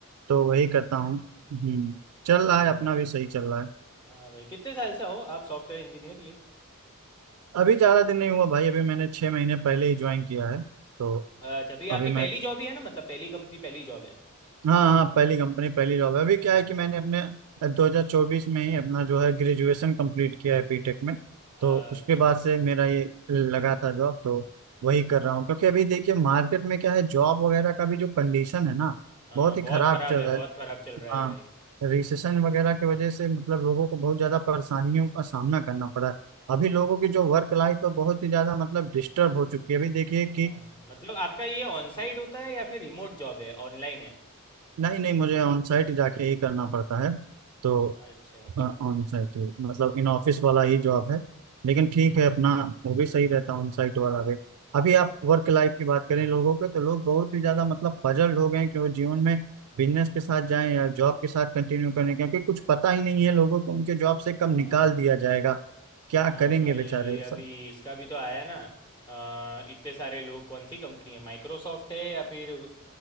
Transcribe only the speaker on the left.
हम्म,
हाँ
भाई
हाँ भाई कितने साल से हो आप सॉफ्टवेयर इंजीनियर ये
अच्छा तो ये
आपकी पहली
जॉब ही है ना मतलब पहली कंपनी पहली जॉब है
हाँ
भाई
अच्छा
हाँ
बहुत
खराब
है
बहुत
खराब चल रहा है
भाई
हाँ मतलब आपका ये ऑन साइट होता है या फिर रिमोट जॉब है ऑनलाइन है
अच्छा अच्छा
हाँ
हाँ
भाई
ये अभी
इसका भी तो आया ना आ, इतने सारे लोग कौन सी कंपनी है माइक्रोसॉफ्ट है या फिर आ,